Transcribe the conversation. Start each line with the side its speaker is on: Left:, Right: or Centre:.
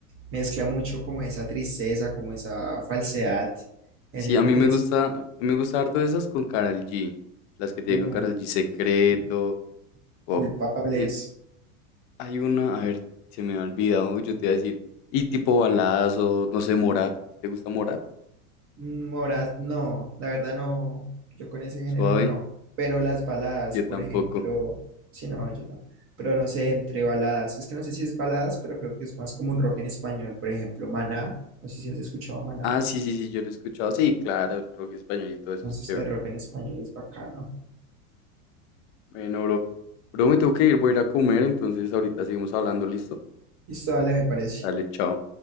Right: mezcla mucho como esa tristeza, como esa falsedad, esa
Left: Sí,
Right: hipocresía,
Left: a mí me gusta, me gusta harto esas con Karol G. Las que tiene
Right: uy,
Left: con Karol G, Secreto,
Right: y
Left: Puff.
Right: culpables.
Left: Y hay una, a ver, se me ha olvidado, yo te iba a decir. Y tipo baladas o, no sé, Morat. ¿A ti te gusta Morat?
Right: Morat, no, la verdad no, yo con ese género
Left: Suave,
Right: no, pero las baladas,
Left: yo
Right: por
Left: tampoco.
Right: ejemplo, sí, no, yo no, pero no sé, entre baladas, es que no sé si es baladas, pero creo que es más como un rock en español, por ejemplo, Maná, no sé si has escuchado Maná,
Left: Ah, sí, sí, sí, yo lo he escuchado. Sí, claro, el rock español y todo eso
Right: entonces
Left: es chévere.
Right: el rock en español es bacano,
Left: Bueno, bro, bro, me tengo que ir, voy a ir a comer, entonces ahorita seguimos hablando, ¿listo?
Right: y esto dale, me parece.
Left: Dale, chao.